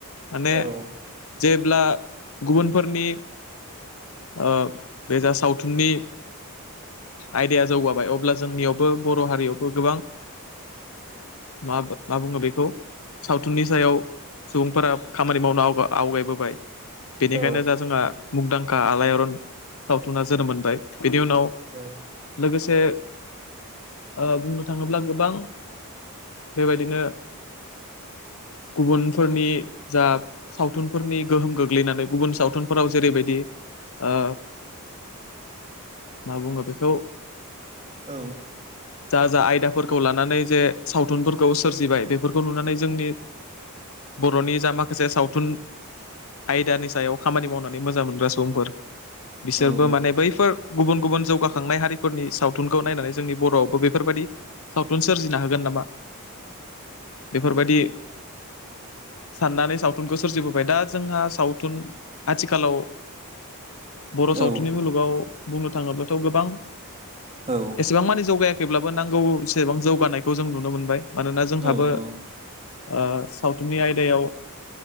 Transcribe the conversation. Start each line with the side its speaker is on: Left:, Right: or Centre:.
Left: माने
Right: औ
Left: जेब्ला गुबुनफोरनि ओ बे जा सावथुननि आयदाया जौगाबाय अब्ला जोंनियावबो बर' हारियावबो गोबां मा मा बुङो बेखौ सावथुननि सायाव सुबुंफोरा खामानि मावनो आवगायबोबाय। बेनिखायनो
Right: औ
Left: दा जोंहा मुंदांखा आलायारन सावथुना जोनोम मोनबाय बिनि उनाव
Right: औ
Left: लोगोसे ओ बुंनो थाङोब्ला गोबां बेबायदिनो गुबुनफोरनि जा सावथुनफोरनि गोहोम गोग्लैनानै गुबुन सावथुनफोराव जेरैबायदि ओ मा बुङो बे खौ
Right: औ
Left: जा जा आयदाफोरखौ लानानै जे सावथुनफोरखौ सोरजिबाय बेफोरखौ नुनानै जोंनि बर'नि जा माखासे सावथुन आयदानि सायाव खामानि मावनानै मोजां मोनग्रा सुबुंफोर बिसोरबो
Right: औ
Left: माने बैफोर गुबुन गुबुन जौगाखांनाय हारि फोरनि सावथुनखौ नायनानै जोंनि बर'आवबो बेफोरबायदि सावथुन सोरजिना होगोन नामा? बेफोरबायदि साननानै सावथुनखौ सोरजिबोबाय दा जोंहा सावथुन आथिखालाव बर'
Right: औ
Left: सावथुननि मुलुगाव बुंनो थाङोब्लाथ' गोबां
Right: औ
Left: एसेबां मानि जौगायाखै। खैब्लाबो नांगौसेबां जौगानायखौ जों नुनो मोनबाय मानोना जोंहाबो
Right: औ औ
Left: ओ सावथुननि आयदायाव